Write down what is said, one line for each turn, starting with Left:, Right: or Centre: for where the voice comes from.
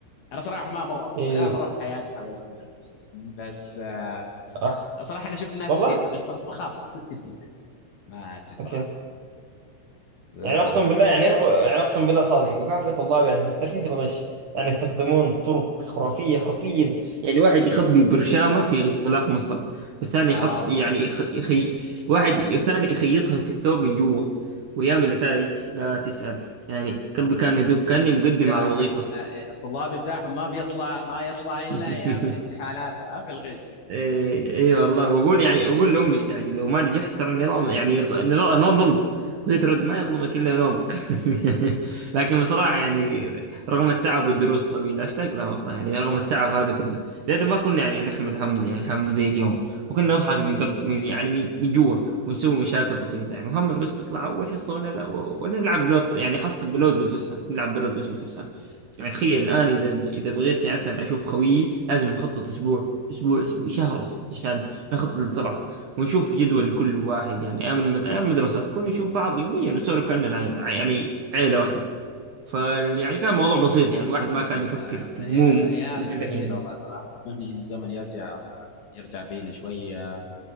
Left: انا صراحه ما مره
Right: ايه
Left: ولا مره في حياتي حاولت اني اغش بس آه،
Right: اح
Left: صراحه انا شفت ناس
Right: والله
Left: كثير تغش بخ- بخاف متوتر جدا ما ادري صراحه
Right: اوكي
Left: آه،
Right: يعني اقسم بالله يعني يعني اقسم بالله صادق وكان في طلاب يعني محترفين في الغش يعني يستخدمون طرق خرافيه حرفيا يعني واحد يخبي برشامه في غلاف مسطره والثاني
Left: حاصل
Right: يحط يعني يخ... يخي... واحد والثاني يخيطها في الثوب من جوا ويعمل نتائج لا تسأل يعني قلبي كان يدق كاني مقدم
Left: ابداعهم
Right: على الوظيفه
Left: آه، آه، الطلاب ابداعهم ما بيطلع ما يطلع الا
Right: <laughs>
Left: ايام الامتحانات آه، في الغش
Right: ايه ايه والله بقول يعني اقول لامي يعني لو ما نجحت ترى النظام يعني ض- النظام النظام ظلم وهي ترد ما يظلمك الا نومك <laughs> لكن بصراحه يعني رغم التعب والدروس الطويله اشتاق لها والله يعني رغم التعب هذا كله لانه ما كنا يعني نحمل هم يعني هم زي اليوم وكنا نضحك من قلب من يعني من من جوا ونسوي مشاكل بسيطه يعني وهمنا بس تطلع اول حصه ونلعب ونلعب بلوت يعني حصه بلوت بالفسحه نلعب بلوت بس بالفسحه يعني تخيل الآن إذا إذا بغيت يعني مثلا أشوف خويي لازم نخطط أسبوع أسبوع أسبوع شهر عشان نخطط للطلعة ونشوف جدول لكل واحد يعني أيام المد... أيام المدرسة كنا نشوف بعض يوميا ونسولف كأننا عيلة يعني عيلة واحدة ف يعني كان موضوع
Left: ال-
Right: بسيط يعني الواحد ما
Left: الله
Right: كان يفكر
Left: الأي-
Right: في هموم
Left: الايام
Right: مثل
Left: الجميله
Right: دحين
Left: والله صراحه بتمنى انه الزمن يرجع آه، يرجع بينا شويه